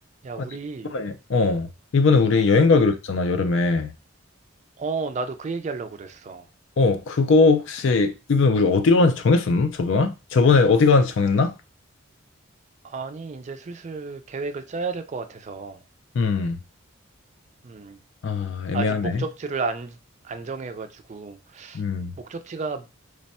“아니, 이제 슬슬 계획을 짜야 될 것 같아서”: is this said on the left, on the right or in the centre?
Right